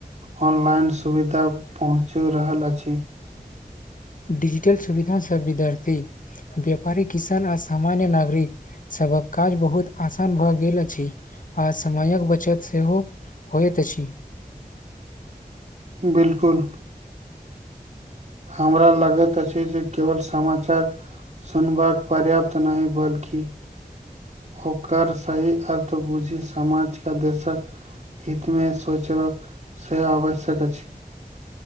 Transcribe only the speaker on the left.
डिजिटल सुविधा सब विद्यार्थी व्यापारी किसान आ सामान्य नागरिक सभक काज बहुत आसान भऽ गेल अछि आ समयक बचत सेहो होइत अछि